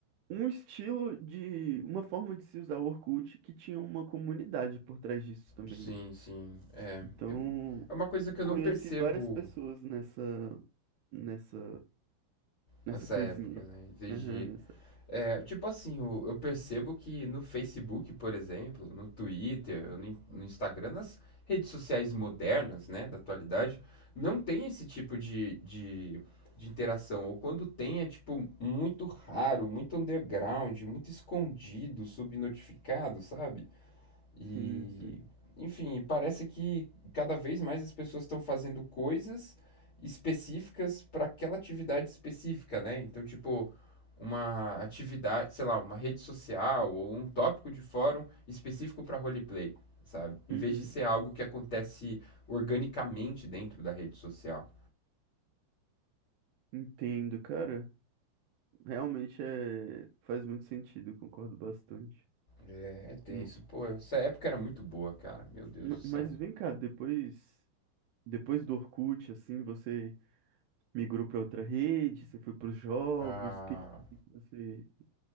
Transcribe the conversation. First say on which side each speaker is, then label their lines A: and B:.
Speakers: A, on the right; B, on the left.
A: um estilo de, uma forma de se usar o Orkut que tinha uma comunidade por trás disso também,
B: Sim,
A: né?
B: sim. É,
A: Então,
B: eu- é uma coisa que eu
A: conheci
B: não percebo
A: várias pessoas nessa, nessa, nessa
B: nessa
A: coisinha
B: época,
A: aí.
B: né? Em vez
A: Aham,
B: de.
A: nessa.
B: É, tipo assim, o- eu percebo que no Facebook, por exemplo, no Twitter, no, In- no Instagram, nas redes sociais modernas, né, da atualidade, não tem esse tipo de, de, de interação. Ou quando tem, é tipo muito raro, muito underground, muito escondido, subnotificado, sabe? E,
A: Sim, sim.
B: enfim, parece que cada vez mais as pessoas estão fazendo coisas específicas para aquela atividade específica, né? Então, tipo, uma atividade, sei lá, uma rede social ou um tópico de fórum específico para roleplay, sabe? Em
A: Uhum.
B: vez de ser algo que acontece organicamente dentro da rede social.
A: Entendo, cara. Realmente é, faz muito sentido, concordo bastante.
B: É tem
A: M-
B: isso pô. Essa época era muito boa, cara. Meu Deus
A: ma-
B: do céu.
A: Mas vem cá, depois, depois do Orkut, assim, você Migrou para outra rede? Você foi para os jogos?
B: Ah,
A: O que que que que você.